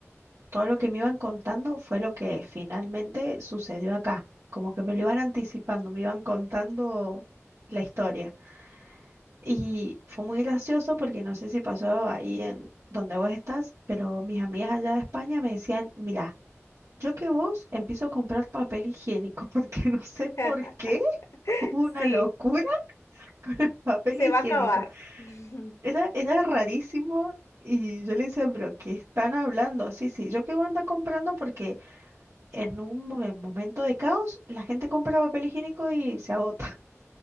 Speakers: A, on the right; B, on the left.
A: todo lo que me iban contando fue lo que finalmente sucedió acá. Como que me lo iban anticipando, me iban contando la historia. Y fue muy gracioso porque no sé si pasó ahí en donde vos estás, pero mis amigas allá de España me decían, mirá. Yo que vos empiezo a comprar papel higiénico, <laughs> porque no sé
B: <laughs>
A: por qué hubo una
B: Sí,
A: locura <laughs> con el papel
B: se
A: higiénico.
B: va a acabar. <laughs>
A: Era, era rarísimo y yo le decía, pero ¿qué están hablando? Sí, sí, yo que vos anda comprando porque en un mo- en momento de caos la gente compra papel higiénico y se agota. <laughs>